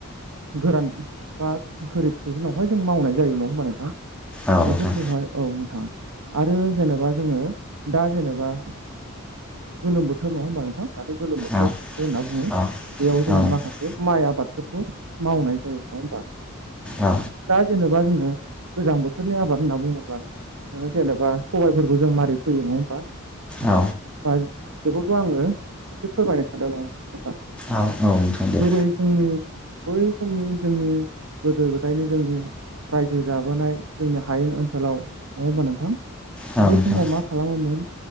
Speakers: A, on the right; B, in the centre.
A: गोरान बा गोरिब ससनावहाय जों मावनाय जायो नङा होमबा नोंथां
B: औ नोंथां
A: बेफोरखौहाय औ नोंथां आरो जेनेबा जोङो दा जेनेबा गोलोम बोथोर नङा होनोमबा नोंथां दाथ' गोलोम बोथोर
B: औ
A: होनना बुङो
B: औ
A: बेयाव जोङो
B: औ नोंथां
A: माखासे माइ आबादफोरखौ मावनाय जायो नङा होमबा
B: औ
A: दा जेनेबा जोङो गोजां बोथोरनि आबाद होनना बुङोब्ला ओ जेनेबा सबायफोरखौ जों माबोरै फैयो नङा होमबा
B: औ
A: बा बे खौ आङो एसे फोरमायनो सानदों नोंथां
B: औ नोंथां दे
A: जेरै जोंनि बै समनि जोंनि गोदो गोदायनि जोंनि रायजो जाबोनाय जोंनि हायेन ओनसोलाव नङा होमबा नोंथां
B: औ
A: बै
B: नोंथां
A: समाव मा खालामोमोन